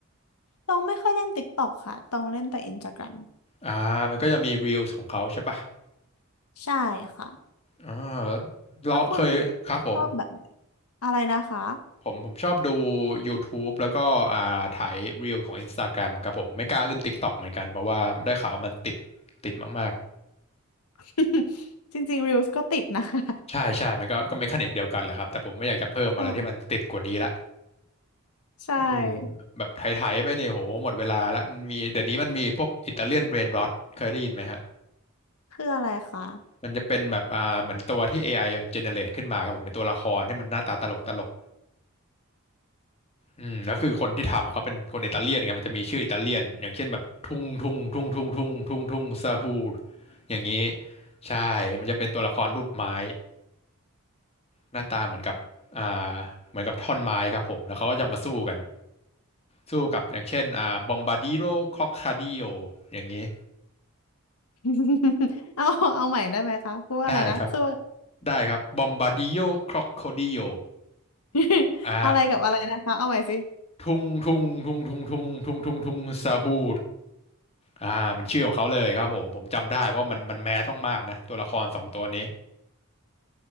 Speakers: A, on the left; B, on the left.
A: ตองไม่ค่อยเล่นติ๊กต็อกค่ะตองเล่นแต่อินสตาแกรม
B: อ่ามันก็จะมี Reels ของเขาใช่ปะ
A: ใช่ค่ะ
B: อ่าเราเคยครับผม
A: แล้วคุณชอบแบบไหนอะไรนะคะ
B: ผมผมชอบดู YouTube แล้วก็อ่าถ่ายรีลของ Instagram ครับผมไม่กล้าเล่น TikTok เหมือนกันเพราะว่าได้ข่าวมันติดติดมาก
A: <laughs> จริงๆ Reels ก็ติดนะคะ
B: ๆใช่ใช่มันก็ก็เมคานิกเดียวกันแหละครับแต่ผมไม่อยากจะเพิ่มอะไรที่มันติดกว่านี้ละ
A: <laughs> ใช่ใช่
B: เออแบบไถๆไปเนี่ยโหหมดเวลาแล้วมันมีเดี๋ยวนี้มันมีพวกอิตาเลียนเบรนรอทเคยได้ยินไหมฮะ
A: คืออะไรคะ
B: มันจะเป็นแบบอ่าเหมือนตัวที่เอไอมันเจเนเรตขึ้นมาครับผมเป็นตัวละครที่มันหน้าตาตลกตลก อืมแล้วคือคนที่ทำอะเขาเป็นคนอิตาเลียนไงมันจะมีชื่ออิตาเลียนอย่างเช่นแบบทุ่งทุ่งทุ่งทุ่งทุ่งทุ่งทุ่งซาฮูอย่างนี้ใช่มันจะเป็นตัวละครรูปไม้หน้าตาเหมือนกับอ่าเหมือนกับท่อนไม้ครับผมแล้วเขาก็จะมาสู้กันสู้กับอย่างเช่นอ่าบอมบาดิโรครอคคาดิโออย่างนี้
A: <laughs> เอาเอาใหม่ได้ไหมคะพูดอะไรนะสู้
B: ได้ครับได้ครับบอมบาดิโอครอคโคดิโอ
A: <laughs>
B: อ่า
A: อะไรกับอะไรนะคะเอาใหม่สิ <laughs>
B: ทุ่งทุ่งทุ่งทุ่งทุ่งทุ่งทุ่งทุ่งซาฮู อ่าเป็นชื่อของเขาเลยครับผมผมจำได้เพราะว่ามันมันแมสมากๆนะตัวละครสองตัวนี้